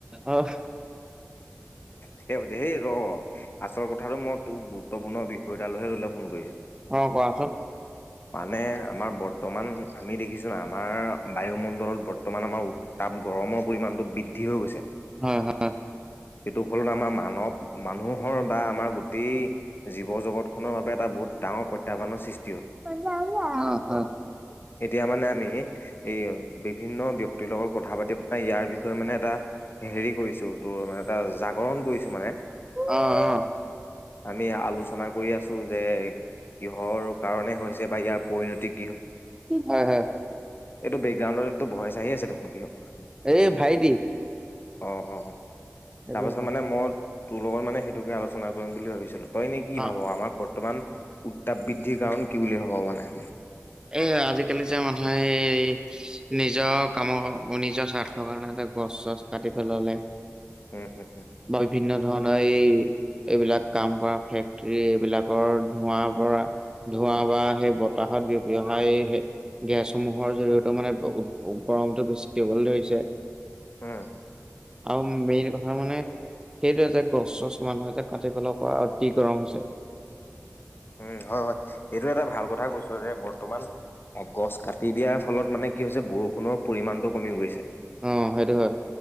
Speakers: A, on the right; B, on the left.
A: অ',
B: সে হ'ব দে ৰ', আচল কথাটো ম তোক গুৰুত্বপূৰ্ণ বিষয় এটা লৈহে তোলে ফোন কৰিছোঁ।
A: অ' কোৱাচোন।
B: মানে আমাৰ বৰ্তমান আমি দেখিছোঁ না, আমাৰ বায়ুমণ্ডলত বৰ্তমান আমাৰ উত্তাপ গৰমৰ পৰিমাণটো বৃদ্ধি হৈ গৈছে।
A: হয়, হয়,
B: সেইটো ফলত আমাৰ মানৱ- মানুহৰ বা আমাৰ গোটেই জীৱ-জগতখনৰ বাবে এটা বহুত ডাঙৰ প্ৰত্যাহ্বানৰ সৃষ্
A: <unintelligible>
B: এতিয়া মানে আমি, এই বিভিন্ন ব্যক্তিৰ লগত কথা পাতি পাই ইয়াৰ বিষয়ে মানে এটা হেৰি কৰিছোঁ, তোৰ মানে এটা জা গৰণ কৰিছোঁ মানে।
A: অ', অ',
B: আমি আলোচনা কৰি আছোঁ যে কিহৰ কাৰণে হৈছে বা ইয়াৰ পৰিণতিক
A: হয় - হয়।
B: এইটো বেকগ্ৰাউণ্ডত ইটো ভইচ আহি আছে দেখোন, কিয়?
A: এই ভাইটি।
B: অ' - অ',
A: সেইটো
B: তাৰপাছত
A: হয়।
B: মানে মই, তোৰ লগত মানে সেইটোকে আলোচনা কৰিম বুলি ভাবিছিলোঁ। তই নে কি
A: অ',
B: ভাব, আমাৰ বৰ্তমান উত্তাপ বৃদ্ধিৰ কাৰণ কি বুলি ভাব মানে?
A: এ আজিকালি যে মানুহে এই নিজৰ কামৰ, নিজৰ স্বাৰ্থৰ কাৰণে এটা গছ-চছ কাটি পেলালে।
B: উম হম
A: বা বিভিন্ন ধৰণৰ এই এইবিলাক কাম কৰা ফেক্টৰী এইবিলাকৰ ধোৱাৰ পৰা ধোৱা বা সেই বতাহত বি অহা এই হে- গেছসমূহৰ জৰিয়তেও মানে উ- উ- গৰমটো বেছিকে হবলৈ ধৰিছে।
B: উম।
A: আৰু মেইন কথা মানে সেইটোৱে যে গছ-চছ মানুহে যে কাটি পেলা পৰা অতি গৰম হৈছে।
B: উম, হয় - হয়। এইটো এটা ভাল কথা কৈছ যে, বৰ্তমান গছ কাটি দিয়াৰ ফলত মানে কি হৈছে, বৰষুণৰ পৰিমমানতটো কমি গৈছে।
A: অ সেইটো হয়